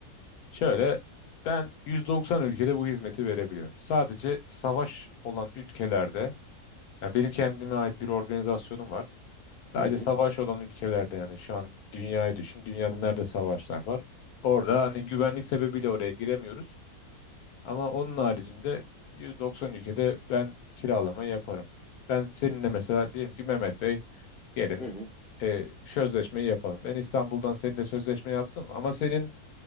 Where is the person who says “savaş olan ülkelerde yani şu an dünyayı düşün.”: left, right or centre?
Left